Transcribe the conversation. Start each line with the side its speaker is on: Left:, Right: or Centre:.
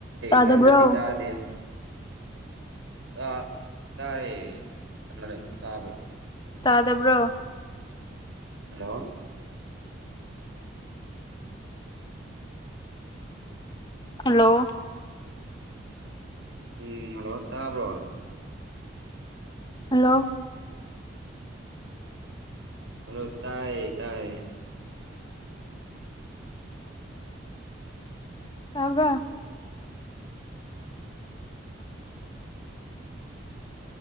Left: ꯇꯥꯗꯕ꯭ꯔꯣ
Right: ꯇꯅ ꯅꯗꯤ ꯇꯥꯗꯦ ꯑ ꯇꯔꯌꯦ ꯇꯥ
Left: ꯇꯥꯗꯕ꯭ꯔꯣ
Right: ꯍꯜꯂꯣ
Left: ꯍꯜꯂꯣ
Right: ꯎꯝ ꯑꯗꯣ ꯇꯥꯕ꯭ꯔꯣ
Left: ꯍꯜꯂꯣ
Right: ꯍꯜꯂꯣ ꯇꯥꯏꯌꯦ ꯇꯥꯏꯌꯦ
Left: ꯇꯕ꯭ꯔ